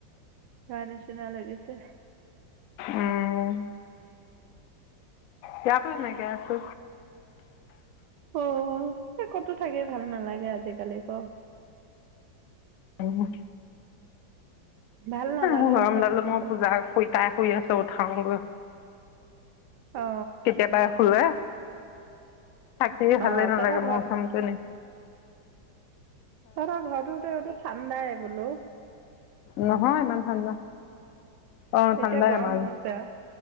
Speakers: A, on the right (about 75°); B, on the left (about 80°).
A: তাই নিচিনা লাগিছে।
B: উম এয়াতো হেনেকে আছে।
A: অ এ ক'তো থাকি ভাল নেলাগে আজি কালি ক।
B: উম।
A: ভাল নালাগা
B: উহ গৰম
A: হৈছে
B: দালো
A: থাকি
B: মই
A: কৰি
B: পূজা শুই তাই শুই আছে উঠাং গৈ।
A: অ।
B: একেবাৰে শুলে থাকি
A: অ
B: ভালে নালাগে
A: তহঁতৰ ঘৰত
B: মন চন তেনে।
A: তহঁতৰ ঘৰটো তেওটো ঠাণ্ডাই বোলো।
B: নহয় ইমান ঠাণ্ডা অ ঠাণ্ডাই
A: এতিয়া গৰম
B: আমাৰ।
A: হৈছে আৰু